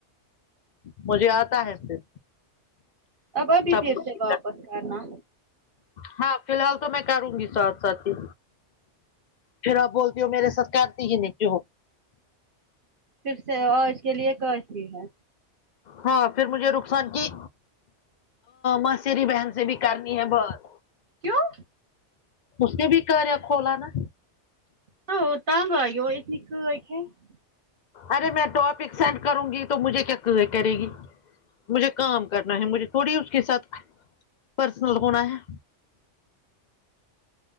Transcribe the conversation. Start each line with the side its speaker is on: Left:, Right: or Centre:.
Left: مجھے آتا ہے پھر
Right: اب ابھی
Left: سب
Right: بھی پھر
Left: کچھ
Right: سے واپس آنا
Left: ہاں فی الحال تو میں کروں گی ساتھ ساتھ ہی پھر آپ بولتی ہو میرے ساتھ کرتی ہی کیوں
Right: پھر سے اور آج کے لیے خرچ بھی ہے
Left: ہاں پھر مجھے رخصان کی موسری بہن سے بھی کرنی ہے بات
Right: کیوں
Left: اس نے بھی کاریا کھولا نا
Right: ہاں وہ تنگ <unintelligible>
Left: ارے میں ٹاپک سینڈ کروں گی تو مجھے کیا کرے گی مجھے کام کرنا ہے مجھے تھوڑی اس کے ساتھ پرسنل ہونا ہے